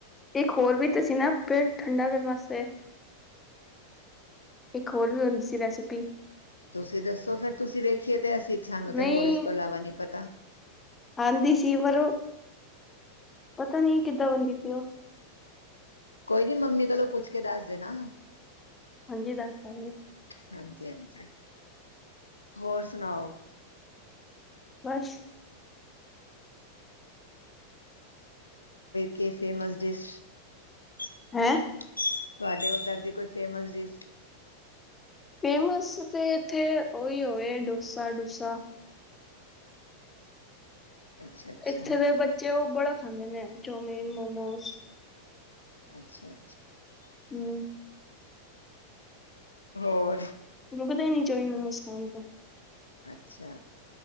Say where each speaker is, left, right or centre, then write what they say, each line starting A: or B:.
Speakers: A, on the left (about 15°); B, on the left (about 80°).
A: ਇੱਕ ਹੋਰ ਵੀ ਤੇ ਸੀ ਨਾ, ਪੇਟ ਠੰਡਾ ਕਰਨ ਵਾਸਤੇ। ਇੱਕ ਹੋਰ ਵੀ ਹੁੰਦੀ ਸੀ ਰੈਸਿਪੀ।
B: ਤੁਸੀਂ ਦੱਸੋ, ਫੇਰ ਤੁਸੀਂ ਵੇਖੀਏ ਤੇ ਸਾਨੂੰ
A: ਨਹੀਂ
B: ਤੇ ਹੋਰ ਇਸ ਤੋਂ ਇਲਾਵਾ ਨੀ ਪਤਾ।
A: ਆਂਦੀ ਸੀ ਪਰ, ਪਤਾ ਨੀ ਕਿੱਦਾਂ ਬਨਦੀ ਸੀ ਉਹ।
B: ਕੋਈ ਨੀ ਮੰਮੀ ਕੋਲੋਂ ਪੁੱਛ ਕੇ ਦੱਸ ਦੇਣਾ।
A: ਹਾਂਜੀ ਦੱਸ ਦਾਂਗੇ
B: ਹਾਂਜੀ -ਹਾਂਜੀ ਹੋਰ। ਸੁਣਾਓ।
A: ਬੱਸ।
B: ਕੇ ਫੇਮਸ <inaudible> ਡਿਸ਼ <inaudible>
A: ਹੈਂ
B: ਤੁਹਾਡੇ ਉਧਰ ਦੀ ਕੋਈ ਫੇਮਸ ਡਿਸ਼?
A: ਫੇਮਸ ਤੇ ਇਥੇ, ਓਹੀ ਹੋਵੇ ਡੋਸਾ- ਡੂਸਾ।
B: ਅੱਛਾ ਅੱਛਾ
A: ਇੱਥੇ ਦੇ ਬੱਚੇ ਉਹ ਬੜਾ ਖਾਂਦੇ ਨੇ ਚੋਮਿਨ, ਮੋਮੋਸ।
B: ਅੱਛਾ ਅੱਛਾ।
A: ਹਮ।
B: ਹੋਰ
A: ਰੁੱਕਦੇ ਹੀ ਨਹੀਂ ਚੋਮਿਨ ਮੋਮੋਸ ਖਾਨ ਤੋਂ
B: ਅੱਛਾ